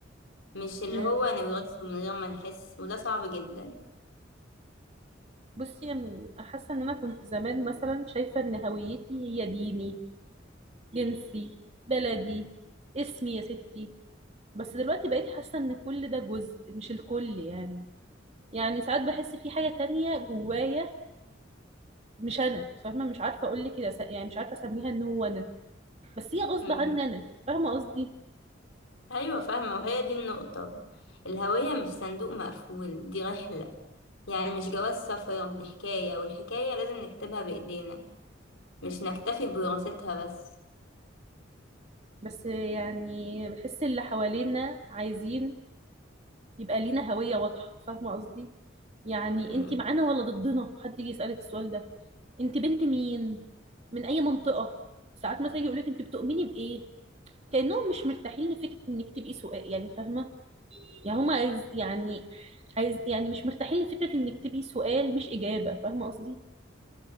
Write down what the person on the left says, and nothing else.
مش اللي
هو نورثه من غير ما نحس وده صعب جدا
مم.
أيوة فاهمة وهي دي النقطة الهوية مش صندوق مقفول دي رحلة يعني مش جواز سفر دي حكاية والحكاية لازم نكتبها بإيدينا مش نكتفي بوراثتها بس
مم.